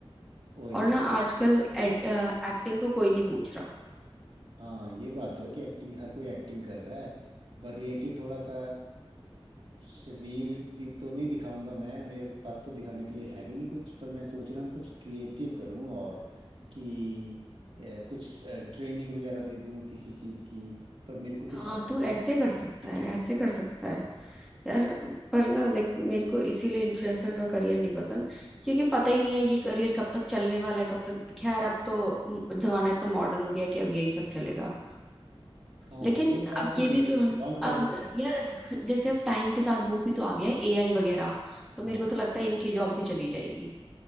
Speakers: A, on the right (about 65°); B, in the centre.
A: ओ यार
B: और ना आजकल एक्टिंग को कोई नहीं पूछ रहा
A: हाँ ये बात तो है कि एक्टिंग हर कोई एक्टिंग कर रहा है पर ये है कि थोड़ा सा शरीर दि, तो नहीं दिखाऊंगा मैं मेरे पास तो दिखाने के लिए है भी नहीं कुछ पर मैं सोच रहा हूँ कुछ क्रिएटिव करूँ और कि अ, कुछ ट्रेनिंग वगैरह दे दूँ किसी चीज़ की पर मेरे को कुछ
B: हाँ
A: आता
B: तू
A: भी
B: ऐसे
A: नहीं तो
B: कर
A: किसकी
B: सकता
A: ट्रेनिंग
B: है ऐसे कर सकता है यार पर ना देख मेरे को इसीलिए इन्फ्लुएंसर का करियर नहीं पसंद क्योंकि पता ही नहीं है ये करियर कब तक चलने वाला है कब तक खैर अब तो म, जमाना इतना मॉडर्न हो गया है कि अब यही सब चलेगा
A: हाँ
B: लेकिन
A: ये बात
B: अब
A: तो
B: ये भी
A: ठीक
B: तो
A: है लॉन्ग
B: है
A: टर्म
B: अब
A: नहीं है
B: यार जैसे अब टाइम के साथ वो भी तो आ गया है एआई वगैरह तो मेरे
A: हाँ
B: को तो लगता है इनकी जॉब भी चली जाएगी